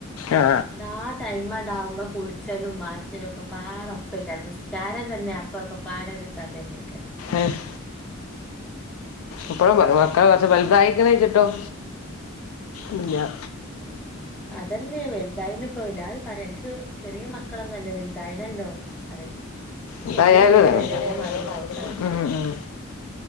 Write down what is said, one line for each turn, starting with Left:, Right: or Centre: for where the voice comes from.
Left: ആ
Centre: ൻട്ടാ ടൈമട് ആവുമ്പോ കുളിച്ചലും മാ ച്ചലൊക്കെ പാടെ ഓപ്പയ്ക്കാരം നിസ്കാരം തന്നെ അപ്പൊക്കെ പാട ഒരു കഥന്നെയ്ക്ക
Left: എഹ് ഇപ്പയും പരിം മക്കൾ കൊർച്ക വലുതായിക്ക്ണ്ചിട്ടും ന്നില്ല
Centre: <unintelligible> അതന്നെയ വലുതായ്ന് ഇപ്പോ എല്ലാരും പറിം അൻക് ചെറിയ മക്കളൊന്നല്ലേ വലുതായ്ണല്ലോ പറിം പ്പ
Left: എന്തായാലും
Centre: വല്യ കുട്ടളീം
Left: ഇതാണ്.
Centre: അതേ മാതിരി നോക്കണം
Left: ഉം ഉം.